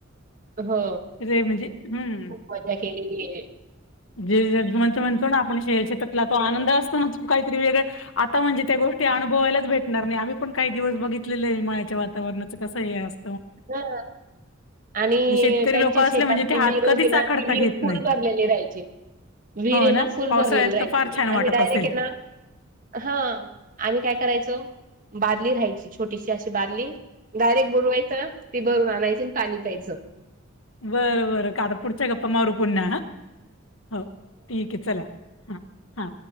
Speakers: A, on the right (about 40°); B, on the left (about 75°).
A: हो
B: रे म्हणजे हम्म
A: खूप मजा केलेली आहे.
B: जे ज म्हणतो म्हणतो ना आपण शेर शेतातला तो
A: हां.
B: आनंद असतो ना. काहीतरी वेगळ, आता म्हणजे त्या गोष्टी अनुभवायलाच भेटणार नाही आम्ही पण काही दिवस बघितलेले आहे मळ्याच्यावर. वातावरणाचं कसं हे अस
A: हो. आणि
B: शेतकरी
A: त्यांच्या
B: लोक असले
A: शेतात
B: म्हणजे ते
A: जी विहीर
B: हात कधीच
A: होती ना
B: आखडता
A: ती विहीर
B: घेत नाही
A: फुल भरलेली राहायची. वीरेना
B: हो ना
A: फुल
B: पावसाळ्यात
A: भरलेले राहायचे
B: तर फार छान वाटत
A: आम्ही डायरेक्ट
B: असेल
A: यांना हा आम्ही काय करायचो बादली राहायची छोटीशी अशी बादली. डायरेक्ट बुडवायंच ती भरून आणायची आणि पाणी प्यायचं.
B: बरं बर का आता पुढच्या गप्पा मारु पुन्हा हा, हो ठीक आहे चला. हा हा